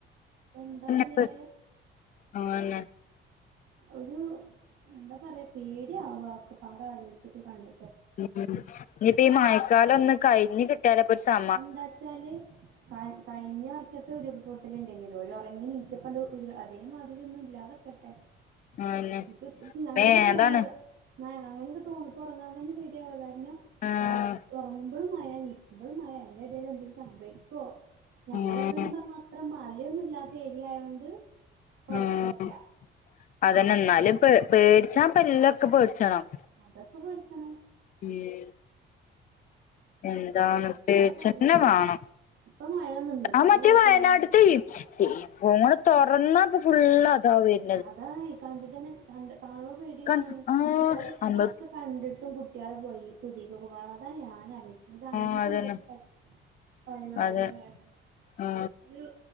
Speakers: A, on the right; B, on the left.
A: എന്താവല്ലേ
B: ഇപ്പ അതന്നെ
A: ഒരു എന്താ പറയ പേടിയാവ ഒക്കെപാടാലോചിച്ചിട്ടും കണ്ടി
B: ഉം ഇനി പ്പീ മഴക്കാലൊന്ന് കഴിഞ്ഞ് കി ട്ട്യാലപ്പൊര് സ
A: ഇപ്പ എന്താച്ചാല് കഴി കഴിഞ്ഞ വർഷത്തെ ഉരുൾപ്പൊട്ടല് ഇണ്ടായിരുന്നില്ലേ ഒ റങ്ങി എനീച്ചപ്പണ്ട് ഉരുള് അതേമാതിരിയൊന്നും ഇല്ലാതിക്കട്ടെ.
B: ആന്നെ
A: ഇത് <unintelligible>
B: മേ
A: തോന്നത്
B: അതാണ്
A: ന്ന അങ്ങനെയൊക്കെ തോന്നുമ്പോ ഒറങ്ങാൻ തന്നെ പേടിയാവാ കാരണം
B: ആഹ്
A: രാ ഒറങ്ങുമ്പളും മഴ എണീ മ്പളും മഴ അതിന്റെ ഇടയിൽ എന്തേലും സംഭവിക്കോ ഞമ്മളെ
B: ഉം
A: ഇവിടൊന്നും പറഞ്ഞ അത്ര മലയൊന്നും ഇല്ലാ ത്തേരിയായോണ്ട് കുഴപ്പല്ല്യ
B: ഉം അതന്നെ എന്നാലും പേ പേടിച്ചാന് ഇപ്പെല്ലാക്കും പേടിച്ചണം.
A: അതൊക്കെ പേടിച്ചണം.
B: ഉം എന്താണ്
A: എന്താപ്പ
B: പേടിച്ചന്നെ
A: കാട്ട്ണത്
B: വാണം.
A: ഇപ്പൊ മഴ നിന്ന്ക്ക്ണ്
B: ആ മറ്റേ
A: ഇനി കൊറച്ച്
B: വയനാടുത്തേ
A: കഴിഞ്ഞാല്
B: ചെ ഫോണ് തൊറന്നാപ്പ ഫുള്ള് അതാവെര്
A: അതണെയ് കണ്ടിട്ടന്നെ കണ്ട് കാണുമ്പോ പേടിയാവാണ്
B: കൺ ആ
A: അതല്ല
B: നമ്മള്
A: ഇതൊക്കെ. കണ്ടിട്ടും കുട്ടികള് പോയി <unintelligible> പോണേ അതാണ് ഞാനാലോചിച്ചത്. ഒരന്തല്ലാത്ത
B: ആ അതന്നെ
A: പരി പരിപാടിയാണ്
B: അതെ
A: കാണി
B: ആ
A: ഒരൂ